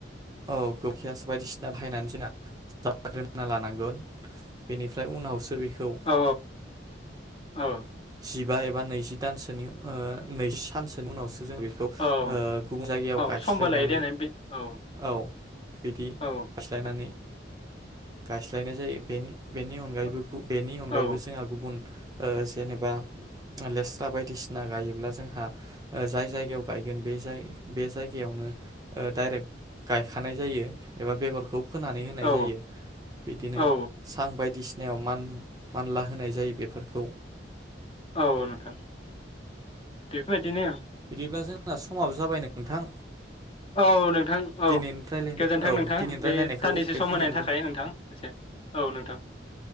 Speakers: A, on the right; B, on the left.
A: औ गोबोरखि हासार बायदिसिना बाहायनानै जोंना <unintelligible> लानांगोन बेनि ओमफ्राय उनावसो बेख खौ ओ
B: औ औ
A: जिब बा एबा नैजि दानसोनि ओ नैजि सानसोनि उनावसो जों बेखौ ओ
B: औ
A: गुबुन जायगायाव
B: औ
A: गायस्लायनानै
B: समबो लायो देनाय बे औ
A: औ बिदि
B: औ
A: गायस्लायनानै
B: नोंथां
A: गायस्लायनाय जायो बेनि बेनि अनगायैबो
B: औ
A: गु बेनि अनगायैबो
B: औ
A: जोंहा गुबुन ओ जेनेबा लेस्रा बाय दिसिना गायोब्ला जोंहा ओ जाय जायगायाव गायगोन बे जाय बे जाय गायावनो ओ डाइरेक्ट गायखानाय जायो एबा बेगरखौ फोनानै होनाय
B: औ
A: जायो। बिदिनो
B: औ
A: सां बायदिसि नायाव मान-मानला होनाय जायो बेफोरखौ।
B: औ नोंथां बेफोरबायदिनो ओं।
A: बिदिब्ला जोंना समाबो जाबाय नोंथां।
B: औ नोंथां औ
A: दिनैनि रायलायनाय
B: गोजोन्थों
A: औ
B: नोंथां
A: दिनैनि
B: बे
A: रायलायनायखौ
B: दानन्दिसे
A: बेखिनियावनो
B: सम होनायनि थाखाय
A: दोन
B: नोंथां एसे औ नोंथां